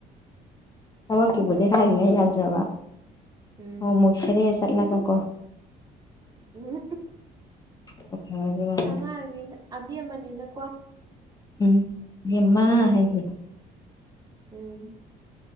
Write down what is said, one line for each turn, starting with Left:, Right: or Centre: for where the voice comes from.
Left: ꯊꯕꯛꯀꯤꯕꯨꯗꯤ ꯍꯥꯏꯔꯤꯉꯩ ꯌꯥꯖꯕ
Right: ꯎꯝ
Left: ꯑꯃꯨꯛ ꯑꯃꯨꯛ ꯁꯦꯔꯦ ꯆꯠꯂꯒꯀꯣ
Right: ꯎꯝ
Left: ꯇꯧꯈ꯭ꯔꯕꯒꯤ ꯋꯥꯅꯤ
Right: ꯑꯉꯥꯡꯅꯤꯅ ꯑꯕꯦꯃꯅꯤꯅꯀꯣ
Left: ꯎꯝ ꯌꯦꯃ <unintelligible> ꯍꯥꯏꯒꯤꯦ <unintelligible>
Right: ꯎꯝ